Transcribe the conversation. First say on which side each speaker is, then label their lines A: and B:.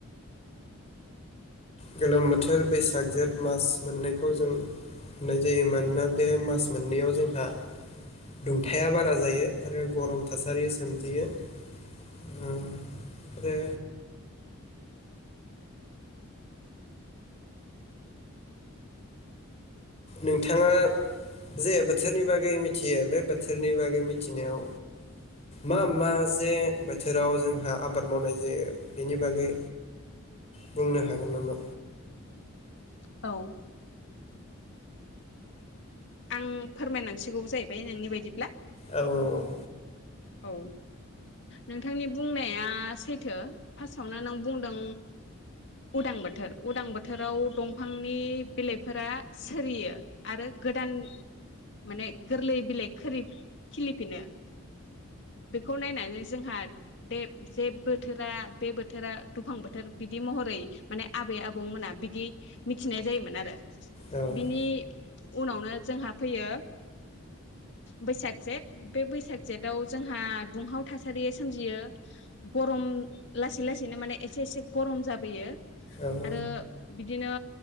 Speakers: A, on the left (about 30°); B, on the left (about 55°).
A: गोलोम बोथोर बैसाग जेठ मास मोनैखौ जों मोननाय जायो मानोना बे मास मोननैयाव जोंहा दुंथाया बारा जायो आरो गरम थासारि सोमजियो ओ आरो नोंथाङा जे बोथोरनि बागै मिथियो बे बोथोरनि बागै मिथिनायाव मा मा जे बोथोराव जोंहा आबाद मावनाय जायो बेनि बागै बुंनो हागोन नामा?
B: औ आं फोरमायनांसिगौ जाहैबाय नोंनि बायदिब्ला?
A: औ
B: औ नोंथांनि बुंनाया सैथो फार्स्टआवनो नों बुंदों उदां बोथोर उदां बोथोराव दंफांनि बिलाइफोरा सोरियो आरो गोदान माने गोरलै बिलाइ खोरि-खिलिफिनो। बेखौ नायनानै जोंहा बे जे बोथोरा बे बोथोरा दुफां बोथोर बिदि महरै माने आबै आबौमोना बिदि मिथिनाय जायोमोन आरो
A: औ औ
B: बिनि उनावनो जोंहा फैयो बैसाग जेठ बे बैसाग जेटाव जोंहा दुंहाव थासारि सोमजियो गरम लासै लासैनो माने एसे एसे गरम जाबोयो
A: औ
B: आरो बिदिनो